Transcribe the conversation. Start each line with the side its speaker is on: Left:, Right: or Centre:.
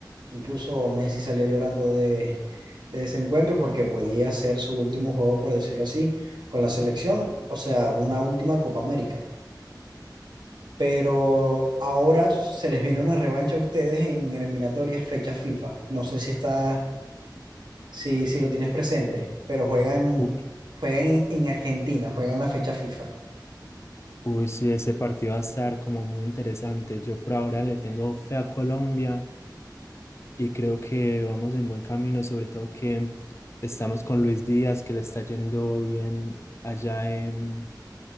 Right: Incluso Messi salió llorando de, de ese encuentro porque podía ser su último juego, por decirlo así, con la selección. O sea, una última Copa América. pero ahora se les viene una revancha a ustedes en eliminatorias fecha FIFA. No sé si está, si, si lo tienes presente, pero juegan,
Left: U-
Right: juegan en, en Argentina, juegan la fecha FIFA.
Left: Uy, sí, ese partido va a estar como muy interesante. Yo por ahora le tengo fe a Colombia y creo que vamos en buen camino, sobre todo que estamos con Luis Díaz, que le está yendo bien allá en,